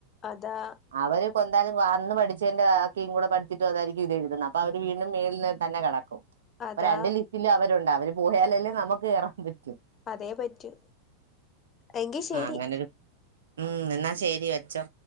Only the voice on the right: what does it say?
അവര് പെന്താലും വാന്ന് പഠിച്ചെന്റെ ആക്കിം കൂടെ പഠിച്ചിട്ടു വന്നാരിക്കും ഇതെഴുതുന്ന അപ്പ അവര് വീണ്ടും മേൾല് തന്നെ കടക്കും. ഇപ്പ
രണ്ട് ലിസ്റ്റിലും അവരൊണ്ട് അവര് പോയാലല്ലേ നമ്മുക്ക് കേറാൻ പറ്റു.
ആ അങ്ങനൊരു ഉം എന്നാ ശെരി വെച്ചോ.